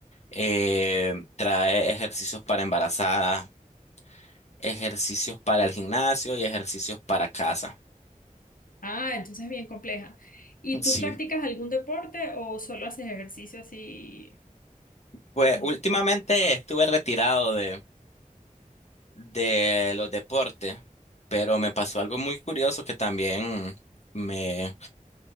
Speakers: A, on the left; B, on the left.
A: eh, trae ejercicios para embarazadas, ejercicios para el gimnasio y ejercicios para casa.
B: Ah, entonces es bien compleja. ¿Y tú
A: Sí,
B: practicas algún deporte o solo haces ejercicio así
A: pues
B: normal?
A: últimamente estuve retirado de, de los deportes, pero me pasó algo muy curioso que también me,